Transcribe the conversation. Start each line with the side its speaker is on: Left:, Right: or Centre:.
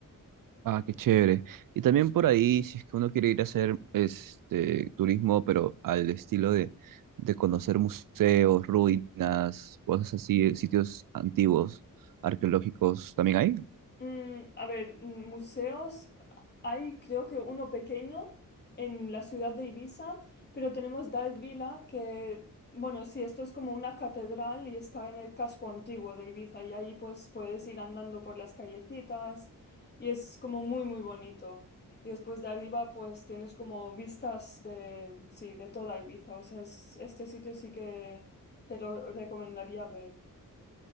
Right: Ah, qué chévere. Y también por ahí, si es que uno quiere ir a hacer este turismo, pero al estilo de, de conocer museos, ruinas, cosas así, sitios antiguos, arqueológicos, ¿también hay?
Left: Mm, a ver, mm, museos, hay creo que uno pequeño en la ciudad de Ibiza, pero tenemos Dalvila que, bueno, sí, esto es como una catedral y está en el casco antiguo de Ibiza y ahí pues puedes ir andando por las callecitas y es como muy, muy bonito. Y después de arriba pues tienes como vistas de, sí, de toda Ibiza, o sea, es- este sitio sí que te lo recomendaría ver.